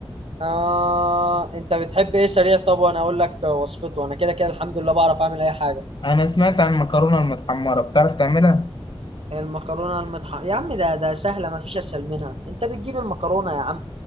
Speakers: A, on the right; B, on the left.
A: آه انت بتحب ايه سريع طب وانا اقول لك وصفته انا كده كده الحمد لله بعرف اعمل اي حاجه
B: أنا سمعت عن المكرونة المتحمرة بتعرف تعملها؟
A: المكرونه المطحنه يا عم ده ده سهله ما فيش اسهل منها انت بتجيب المكرونه يا عم